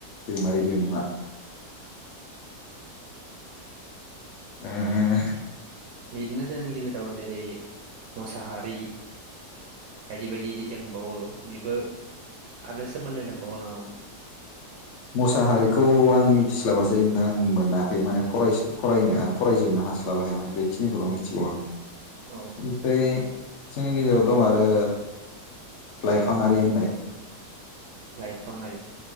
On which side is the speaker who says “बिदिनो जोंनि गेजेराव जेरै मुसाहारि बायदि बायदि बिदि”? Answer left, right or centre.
Right